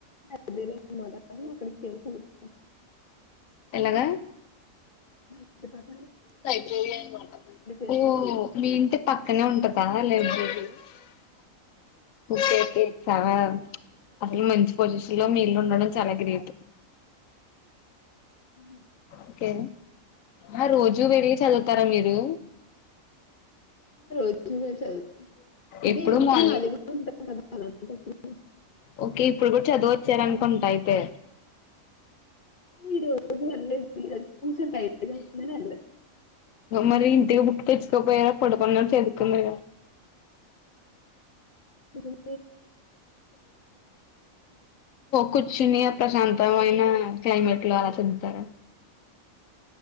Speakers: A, on the left; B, on the left.
A: ఇంటి లైబ్రరీ అనమాట అక్కడికి వెళ్ళి చదువుతాను
B: ఎలగ
A: మ ప
B: లైబ్రెరీ
A: వెళ్ళి
B: ఓ
A: చదువుతాను
B: మీ ఇంటి పక్కనే ఉంటంద లైబ్రెరీ సవ అసలు మంచి పొజిషన్ లో మీ ఇల్లు ఉండడం చాలా గ్రేట్
A: ఉ
B: ఓకే ఆ రోజూ వెళ్ళి చదువుతారా మీరు
A: రోజు నేను చదువుతాను అంటే
B: ఎప్పుడు
A: ఈవినింగ్
B: మార్ని
A: ఖాళీగా ఉంటాను కదా అలాంటప్పుడు
B: ఓకే ఇప్పుడు కూడా చదువొచ్చారనుకుంట అయితే
A: ఈ రోజు వెళ్ళలేదు ఈ రోజు కొంచెం టైర్డ్గా ఉందని
B: మరి ఇంటికి బుక్ తెచ్చుకోపోయర పడుకు చెదుకుందు
A: అ
B: కుచ్చుని ప్రశాంత మై ఆ క్లైమేట్ లో అలా తింటర